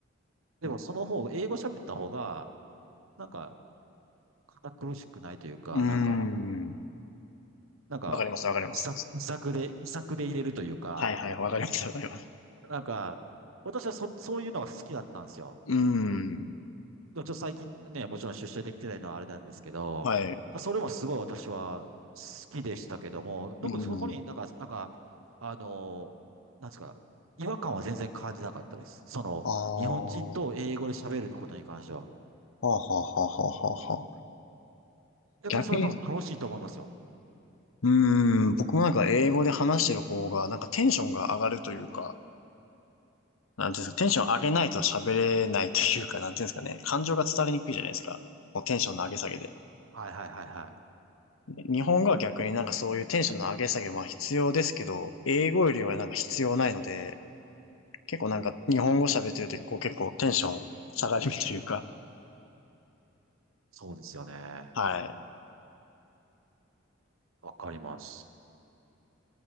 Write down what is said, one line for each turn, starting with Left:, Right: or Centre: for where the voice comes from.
Right: でも、
Left: う
Right: その方、英語喋った方が、なんか、堅苦しくないというか、
Left: ーん。
Right: なんか、なんか、
Left: わかります、わかります。
Right: 気さ気さくで、気さくで入れるというか、
Left: はいはい、わかります、わかります。
Right: なんか、私はそ、そういうのが好きだったんですよ。
Left: うーん。
Right: でもちょっと最近ね、もちろん出社できてないのはあれなんですけど、
Left: はい。う
Right: それもすごい私は好きでしたけども、なんかそこになんか、
Left: ーん。
Right: なんか、あの、なんですか、違和感は全然感じなかったです。その、
Left: ああ、は
Right: 日本人と英語で喋ることに関しては。
Left: あはあはあはあはあ。
Right: 逆にそれは多分楽しいと思いますよ。
Left: 逆に、うーん、僕もなんか英語で話してる方が、なんかテンションが上がるというか、なんていうんですか、テンション上げないと喋れないというか、なんていうんですかね、感情が伝わりにくいじゃないですか。このテンションの上げ下げで。
Right: はいはいはいはい。
Left: で日本語は逆になんかそういうテンションの上げ下げ、は必要ですけど、英語よりはなんか必要ないので、結構なんか日本語喋ってるときこう結構テンション下がるというか、
Right: そうですよね。
Left: <laughs> はい。
Right: わかります。